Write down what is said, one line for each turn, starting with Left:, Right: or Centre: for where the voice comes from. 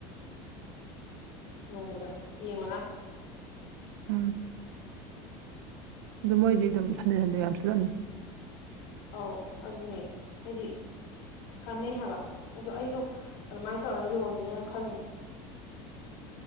Left: ꯅꯣꯡꯃꯗ ꯌꯦꯡꯉꯣꯅ
Right: ꯎꯝ ꯑꯗꯨ ꯃꯣꯏꯗꯤ ꯑꯗꯨꯝ ꯁꯟꯗꯦ ꯁꯟꯗꯦ ꯌꯥꯝ ꯁꯤꯜꯂꯝꯅꯤ
Left: ꯑꯧ ꯑꯗꯨꯅꯦ ꯍꯥꯏꯗꯤ ꯀꯥꯟꯅꯩ ꯍꯥꯏꯕ ꯑꯗ ꯑꯩꯁꯨ ꯑꯗꯨꯃꯥꯏꯅ ꯇꯧꯔ ꯌꯣꯜꯂꯤꯁꯅ ꯈꯜꯂꯤꯅꯦ